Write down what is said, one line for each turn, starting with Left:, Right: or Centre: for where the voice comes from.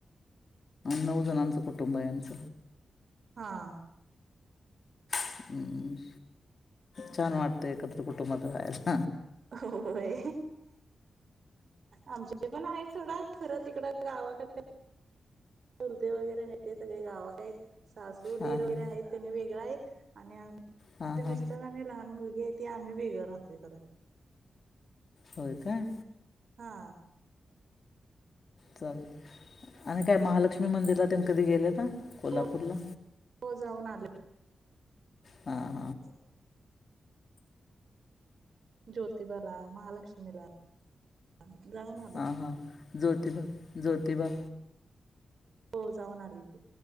Left: नऊ जणांचं कुटुंब आहे आमच
Right: हा
Left: हम छान वाटतय एकत्र कुंटुबात राह्यला
Right: होय आमच्या पण आहेत सोडा खरं तिकंड गावाकड ते चुलते वगैरे आहेत ते सगळे गावत आहेत सासू
Left: हां
Right: दिर
Left: हां
Right: वगैरे आहेत त्यांनी वेगळ आहेत आणि आमचे
Left: हां हां
Right: मिस्टर आणि लहान मुलगी आहेत ते आम्ही वेगळं राहतोय खरं
Left: होय काय
Right: हा
Left: चालेल आणि काय महालक्ष्मी मंदिरला तेन कधी गेले का कोल्हापूरला
Right: हो हो जाऊन आले
Left: हा
Right: हो ज्योतिबाला महालक्ष्मीला हा जाऊन आ
Left: ह हां ज्योतिबा ज्योतिबा
Right: हो जाऊन आली की